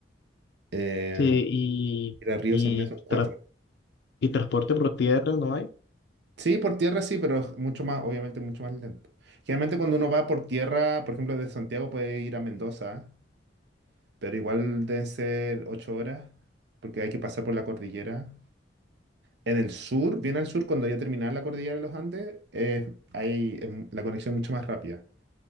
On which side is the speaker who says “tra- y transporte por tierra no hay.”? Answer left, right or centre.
Left